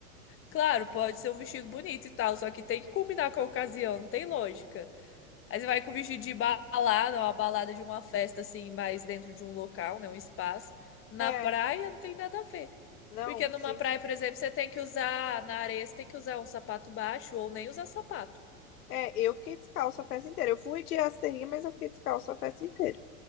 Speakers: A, on the left; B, on the left.
A: claro, pode ser um vestido bonito e tal, só que tem que combinar com a ocasião, não tem lógica. Aí você vai com vestido de balada, uma balada de uma festa, assim, mais dentro de um local, né? Um espaço. Na
B: É.
A: praia não tem nada a ver.
B: Não,
A: Porque numa
B: sim,
A: praia,
B: sim.
A: por exemplo, você tem que usar, na areia, você tem que usar um sapato baixo ou nem usar sapato.
B: É, eu fiquei descalço a festa inteira. Eu fui de rasteirinha, mas eu fiquei descalço a festa inteira.